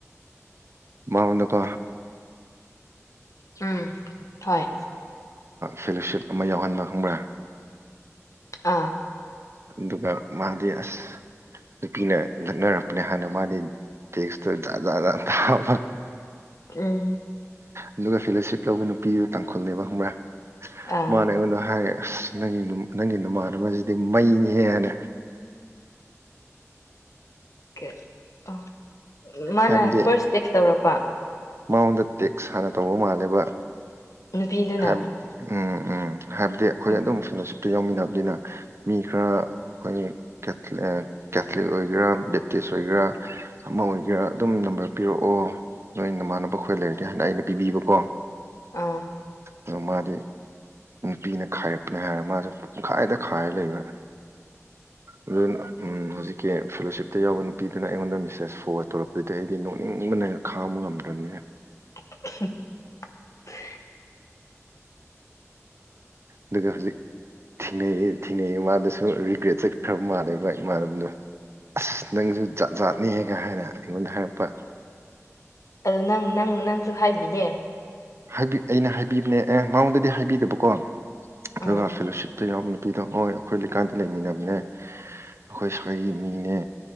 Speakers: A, on the right (about 55°); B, on the left (about 75°).
A: ꯃꯉꯣꯟꯗꯀꯣ
B: ꯎꯝ ꯍꯣꯏ꯫
A: ꯐꯦꯂꯣꯁꯤꯞ ꯑꯃ ꯌꯥꯎꯍꯟꯕ ꯈꯪꯕ꯭ꯔꯥ꯫
B: ꯑꯥ꯫
A: ꯑꯗꯨꯒ ꯃꯥꯗꯤ ꯑꯁ ꯅꯨꯄꯤꯅ ꯅꯛꯅꯔꯛꯄꯅꯦ ꯍꯥꯟꯅ ꯃꯥꯗꯤ ꯇꯦꯛꯁꯇꯨ ꯖꯥꯇ ꯖꯥꯇ ꯖꯥꯇ ꯊꯥꯕ꯫
B: ꯎꯝ꯫
A: ꯑꯗꯨꯒ ꯐꯦꯂꯣꯁꯤꯞ ꯂꯧꯕ ꯅꯨꯄꯤꯗꯨ ꯇꯥꯡꯈꯨꯜꯅꯦꯕ ꯈꯪꯕ꯭ꯔꯥ
B: ꯑꯥ
A: ꯃꯥꯅ ꯑꯩꯉꯣꯟꯗ ꯍꯥꯏ ꯑꯁ ꯅꯪꯒꯤ ꯅꯪꯒꯤ ꯅꯃꯥꯟꯅꯕꯁꯤꯗꯤ ꯃꯩꯅꯤꯍꯦꯅ
B: ꯑꯣꯀꯦ ꯑꯣ ꯃꯥꯅ
A: ꯍꯥꯏꯕꯗꯤ
B: ꯐꯥꯔꯁ ꯇꯦꯛꯁ ꯇꯧꯔꯛꯄ
A: ꯃꯉꯣꯟꯗ ꯇꯦꯛꯁ ꯍꯥꯟꯅ ꯇꯧꯕ ꯃꯥꯜꯂꯦꯕ
B: ꯅꯨꯄꯤꯗꯨꯅ
A: ꯍꯥꯏ ꯎꯝ ꯎꯝ ꯍꯥꯏꯕꯗꯤ ꯑꯩꯈꯣꯏ
B: ꯑꯥ
A: ꯑꯗꯨꯝ ꯐꯤꯂꯣꯁꯤꯞꯇ ꯌꯥꯎꯃꯤꯟꯅꯕꯅꯤꯅ ꯃꯤ ꯈꯔ ꯑꯩꯈꯣꯏ ꯀꯦꯊꯥꯂꯦ ꯀꯦꯊꯂꯤꯛ ꯑꯣꯏꯒꯦꯔꯥ ꯕꯦꯞꯇꯤꯁ ꯑꯣꯏꯒꯦꯔꯥ ꯑꯃ ꯑꯣꯏꯒꯦꯔꯥ ꯑꯗꯨꯝ ꯅꯝꯕꯔ ꯄꯤꯔꯛꯑꯣ ꯅꯣꯏ ꯅꯃꯥꯟꯅꯕ ꯑꯩꯈꯣꯏ ꯂꯩꯔꯗꯤ ꯍꯥꯏꯅ ꯑꯩꯅ ꯄꯤꯕꯤꯕꯀꯣ
B: ꯑꯥ
A: ꯗꯨ ꯃꯥꯗꯤ ꯅꯨꯄꯤꯅ ꯈꯥꯏꯔꯛꯄꯅꯦ ꯍꯥꯏꯔꯒ ꯃꯥꯁꯨ ꯄꯨꯡꯈꯥꯏꯗ ꯈꯥꯏꯔ ꯂꯩꯕ <inaudible> ꯑꯗꯨꯅ ꯍꯧꯖꯤꯛꯀꯤ ꯐꯦꯂꯣꯁꯤꯞꯇ ꯌꯥꯎꯕ ꯅꯨꯄꯤꯗꯨꯅ ꯑꯩꯉꯣꯟꯗ ꯃꯦꯁꯦꯁ ꯐꯣꯟ ꯇꯧꯔꯛꯄꯗꯨꯗꯤ ꯑꯩꯗꯤ ꯅꯣꯛꯅꯤꯡꯕꯅ ꯍꯦꯟ ꯈꯥꯡꯕ ꯉꯝꯗꯔꯝꯅꯦ
B: <inaudible>
A: ꯑꯗꯨꯒ ꯍꯖꯤꯛ ꯊꯦꯡꯅꯩꯌꯦ ꯊꯦꯡꯅꯩꯌꯦ ꯃꯥꯗꯨꯁꯨ ꯔꯤꯒ꯭ꯔꯦꯠ ꯆꯠꯈ꯭ꯔꯕ ꯃꯥꯜꯂꯦꯕ ꯏꯃꯥꯟꯅꯕꯗꯨ ꯑꯁ ꯅꯪꯁꯨ ꯖꯥꯠ ꯖꯥꯠꯅꯦꯍꯦꯒ ꯍꯥꯏꯅ ꯑꯩꯉꯣꯟꯗ ꯍꯥꯏꯔꯛꯄ
B: ꯑꯗꯨ ꯅꯪ ꯅꯪ ꯅꯪꯁꯨ ꯍꯥꯏꯕꯤꯗꯦ
A: ꯍꯥꯏꯕꯤ ꯑꯩꯅ ꯍꯥꯏꯕꯤꯕꯅꯦ ꯑꯦ ꯃꯉꯣꯟꯗꯗꯤ ꯍꯥꯏꯕꯤꯗꯕꯀꯣ ꯑꯗꯨꯒ
B: ꯑꯥ
A: ꯐꯦꯂꯣꯁꯤꯞꯇ ꯌꯥꯎꯕ ꯄꯤꯗꯣ ꯍꯣꯏ ꯑꯩꯈꯣꯏ ꯂꯩꯀꯥꯟꯗ ꯂꯩꯃꯤꯟꯅꯕꯅꯦ ꯑꯩꯈꯣꯏ ꯁꯥꯒꯩꯒꯤ ꯃꯤꯅꯦ